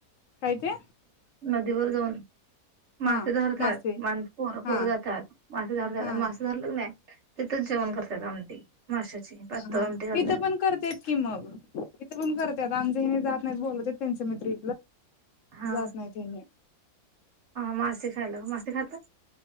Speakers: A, on the left; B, on the right.
A: काय ते
B: नदीवर जाऊन मासे
A: हा
B: धरतात
A: मासे
B: माण पोर पोरं
A: हा
B: जातात मासे धरतात
A: हा
B: आणि मासे धरलं कणी तिथंच जेवण करतात आमटी माशाची
A: हा
B: पातळ
A: हा
B: आमटी करत्यात.
A: इथं पण करतेत की मग तिथे पण करत्यात आमचं हेनी जात नाहीत बोलवतात त्यांच मित्र
B: हा
A: जात नाहीत हेनी.
B: मासे खायला. मासे खाता?